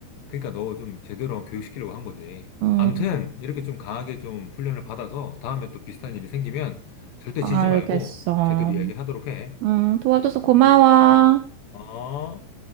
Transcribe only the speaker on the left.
그러니까 너 좀 제대로 교육시키려고 한 거지.
암튼 이렇게 좀 강하게 좀 훈련을 받아서 다음에 또 비슷한 일이 생기면 절대
지지 말고 제대로 이야기하도록 해.
어?